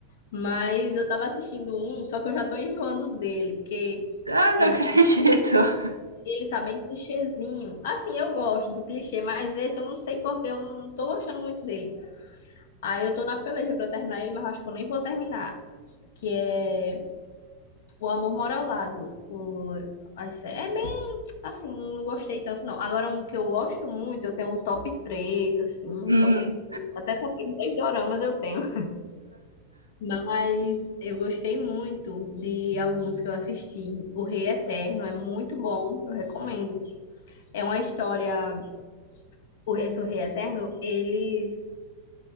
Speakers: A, on the left; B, on the right.
A: Mas eu tava assistindo um, só que eu já tô enjoando dele, porque
B: Ah, não
A: ele
B: acredito. <laughs>
A: Ele tá bem clichêzinho. Assim, eu gosto do clichê, mas esse eu não sei porque eu não tô gostando muito dele. Aí eu tô na peleja pra terminar ele, mas eu acho que eu nem vou terminar. Que é O Amor Mora ao Lado. O... a sé- É bem assim, não gostei tanto, não. Agora, um que eu gosto muito, eu tenho um top 3, assim, um
B: Hum.
A: top 5, até top 10 doramas eu tenho. Mas eu gostei muito de alguns que eu assisti. O Rei Eterno é muito bom, eu recomendo. É uma história. o esse o Rei Eterno, eles